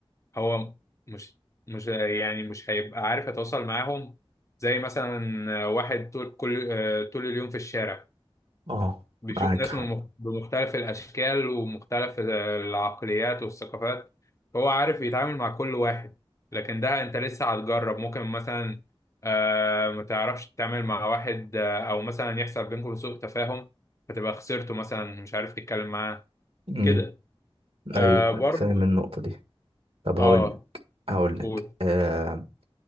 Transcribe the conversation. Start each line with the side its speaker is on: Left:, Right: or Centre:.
Left: هو مش مش يعني مش هيبقى عارف يتواصل معاهم زي مثلا واحد طول كل آه، طول اليوم في الشارع
Right: اه
Left: بيشوف
Right: معاك
Left: ناس
Right: حق
Left: من مخ- بمختلف الأشكال ومختلف العقليات والثقافات فهو عارف يتعامل مع كل واحد لكن ده أنت لسه هتجرب ممكن مثلا آه، ما تعرفش تتعامل مع واحد آه، أو مثلا يحصل بينكم سوء تفاهم فتبقى خسرته مثلا مش عارف تتكلم معاه
Right: امم
Left: كده آه
Right: ايوه
Left: برضه
Right: فاهم النقطة دي طب
Left: اه
Right: هقول هقول لك
Left: قول.
Right: آه،